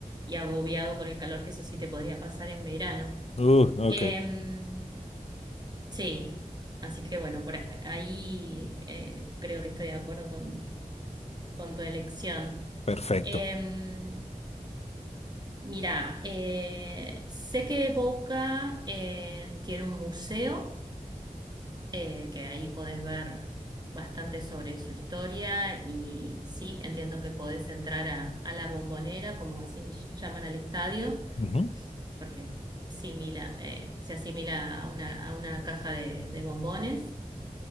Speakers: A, on the right; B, on the left.
A: y agobiado por el calor, que eso sí te podría pasar en verano.
B: Uh,
A: Em,
B: ok,
A: sí, así que bueno, por ahí eh, creo que estoy de acuerdo con, con tu elección.
B: perfecto.
A: Em, Mira, eh, sé que Boca eh, tiene un museo eh, que ahí podés ver bastante sobre su historia y sí, entiendo que podés entrar a, a la Bombonera, como así llaman al estadio,
B: Ujú.
A: porque simila, eh, se asimila a una, a una caja de, de bombones,